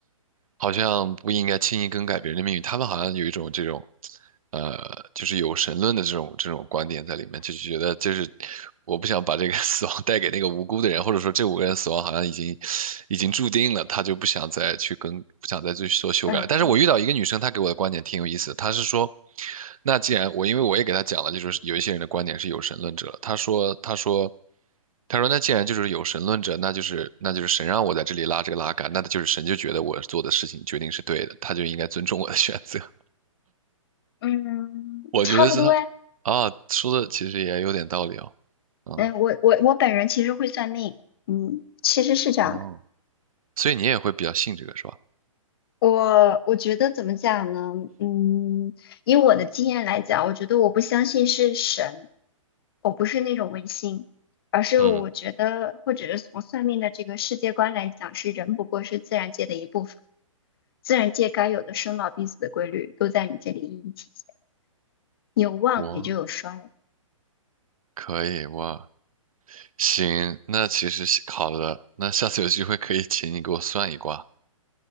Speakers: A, on the right; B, on the left.
A: 好像不应该轻易更改别人的命运，他们好像有一种这种。呃，就是有神论的这种这种观点在里面，就是觉得就是我不想把这个 <laughs> 死亡带给那个无辜的人，或者说这五个人死亡好像已经已经注定了，他就不想再去跟不想再去做修改了但是我遇到一个女生，
B: 嗯
A: 她给我的观点挺有意思的，她是说，那既然我因为我也给她讲了，就是有一些人的观点是有神论者，她说她说。他说：“那既然就是有神论者，那就是那就是神让我在这里拉这个拉杆，那他就是神就觉得我做的事情决定是对的，他就应该尊重我的选择。”
B: 嗯，
A: 我觉得是他啊，
B: 差不多呀。
A: 说的其实也有点道理哦。嗯，
B: 嗯，我我我本人其实会算命，嗯，其实是这样的。
A: 哦，所以你也会比较信这个是吧？
B: 我我觉得怎么讲呢？嗯，以我的经验来讲，我觉得我不相信是神，我不是那种唯心，而是我觉得，
A: 嗯，
B: 或者是从算命的这个世界观来讲，是人不过是自然界的一部分，自然界该有的生老病死的规律都在你这里一一体现，有旺也就有衰，
A: 我可以，我行，那其实是好的，那下次有机会可以请你给我算一卦。